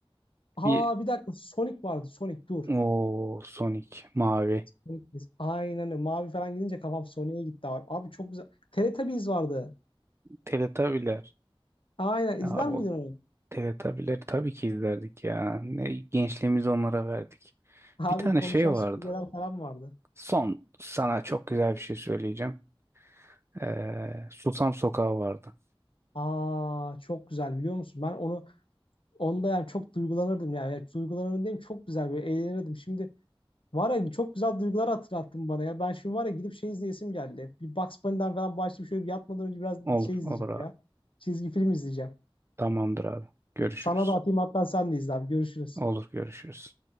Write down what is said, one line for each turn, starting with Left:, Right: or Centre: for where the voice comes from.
Left: Ha
Right: Bir
Left: bir dakika Sonic vardı. Sonic dur.
Right: O Sonic mavi.
Left: Sonic biz. Aynen öyle. Mavi falan gidince kafam Sonic'e gitti abi. Abi çok güzel. Teletubbies vardı.
Right: Teletabiler.
Left: Aynen izler
Right: Abi o
Left: miydin onu?
Right: Teletabileri tabii ki izlerdik ya. Ne gençliğimizi onlara verdik.
Left: Abi
Right: Bir tane
Left: konuşan
Right: şey vardı.
Left: süpürgeler falan vardı.
Right: Son sana çok güzel bir şey söyleyeceğim. Ee, Susam Sokağı vardı.
Left: Aa çok güzel biliyor musun? Ben onu onda yani çok duygulanırdım yani. Yani duygulanırdım diyeyim çok güzel böyle eğlenirdim. Şimdi Var ya çok güzel duygular hatırlattın bana ya. Ben şimdi var ya gidip şey izleyesim geldi. Bir Bugs Bunny'den falan başlayıp şöyle bir yatmadan önce biraz
Right: Olur,
Left: şey izleyeceğim
Right: olur abi.
Left: ya. Çizgi film izleyeceğim.
Right: Tamamdır abi. Görüşürüz.
Left: Sana da atayım hatta sen de izle abi. Görüşürüz.
Right: Olur, görüşürüz.